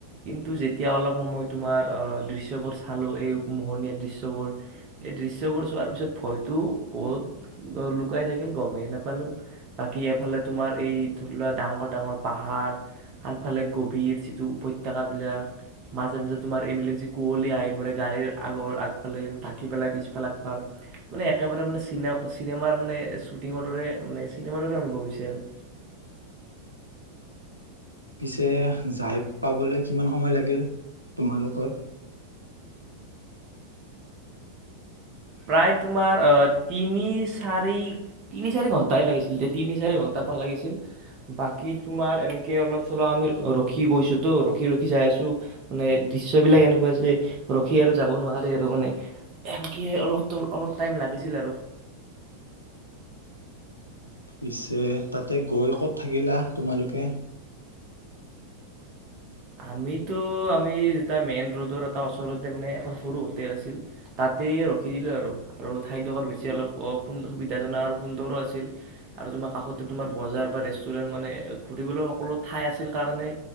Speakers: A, on the right; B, on the left.
A: কিন্তু যেতিয়া অলপ সময় তোমাৰ আহ' দৃশ্যবোৰ চালোঁ এই মোহনীয়া দৃশ্যবোৰ। সেই দৃশ্যবোৰ চোৱাৰ পিছত ভয়টো বহত লুকাই থাকিল, গমেই নাপালোঁ। বাকী এফালে তোমাৰ এই ধৰি লোৱা ডাঙৰ ডাঙৰ পাহাৰ। আনফালে গভীৰ যিটো উপত্যকাবিলাক। মাজে মাজে তোমাৰ এইবিলাক যি কুঁৱলী আহি পৰে, গাড়ীৰ আগৰ আগফালে থাকি পেলাই পিছফালে আগফাল। মানে একেবাৰে মানে চিনে-চিনেমাৰ মানে শ্বুটিঙৰ দৰে মানে চিনেমাৰ দৰে অনুভৱ হৈছে আৰু।
B: পিছে যাই পাবলৈ কিমান সময় লাগিল তোমালোকৰ?
A: প্ৰায় তোমাৰ তিনি-চাৰি তিনি-চাৰি ঘণ্টাই লাগিছিল, তিনি-চাৰি ঘণ্টামান লাগিছিল। বাকী তোমাৰ এনেকৈ অলপ-চলপ আমি ৰখি গৈছোঁতো, ৰখি ৰখি যাই আছোঁ। মানে দৃশ্যবিলাক এনেকুৱা যে ৰখি আৰু যাব নোৱাৰে। নহলে, এনকে অলপ অলপ টাইম লাগিছিল আৰু।
B: পিছে তাতে গৈ ক'ত থাকিলা তোমালোকে?
A: আমিতো আমি যেতিয়া মেইন ৰডত এটা ওচৰতে মানে এখন সৰু হোটেল আছিল। তাতেই ৰখি দিলোঁ আৰু আৰু ঠাইডোখৰ বেছি অলপ অ সুবিধাজনা আৰু সুন্দৰো আছিল। আৰু তোমাৰ কাষতে তোমাৰ বজাৰ বা ৰেষ্টুৰেণ্ট মানে ফুৰিবলে সকলো ঠাই আছিল কাৰণে।